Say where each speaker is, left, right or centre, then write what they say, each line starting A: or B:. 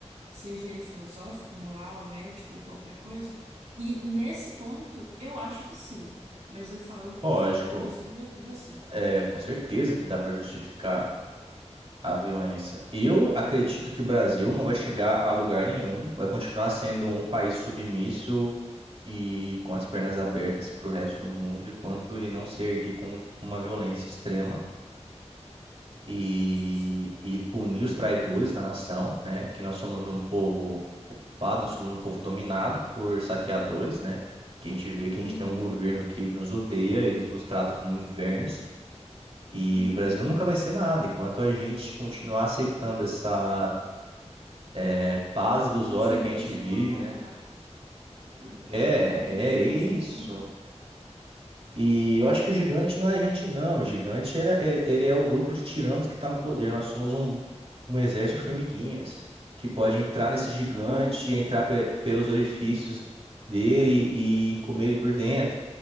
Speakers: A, on the right; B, on the right.
A: seja ele filosófico, moral, ético ou qualquer coisa? E nesse ponto, eu acho que sim, mas eu falo, eu
B: lógico.
A: falo depois que vo- de você.
B: É, com certeza que dá para justificar. a violência. Eu acredito que o Brasil não vai chegar a lugar nenhum, vai continuar sendo um país submisso e com as pernas abertas para o resto do mundo, enquanto ele não se erguer com uma violência extrema e,
A: Justo.
B: e punir os traidores da nação, né? Que nós somos um povo ocupado, nós somos um povo dominado por saqueadores, né? Que a gente vê que a gente
A: Uhum,
B: tem um governo que ele nos odeia, eles nos trata como vermes. E
A: uhum.
B: o Brasil nunca vai ser nada enquanto a gente continuar aceitando essa É paz
A: Enquanto
B: ilusória
A: o gigante
B: que a gente vive,
A: não acordar.
B: né?
A: né?
B: É,
A: Enquanto o gigante
B: é isso.
A: não acordar.
B: E eu acho
A: né?
B: que o gigante não é a gente, não. O gigante ele, é, ele, ele é o grupo de tiranos que está no poder. Nós somos um, um exército de formiguinhas que pode entrar nesse gigante,
A: <laughs>
B: entrar pe- pelos orifícios dele e comer ele por dentro.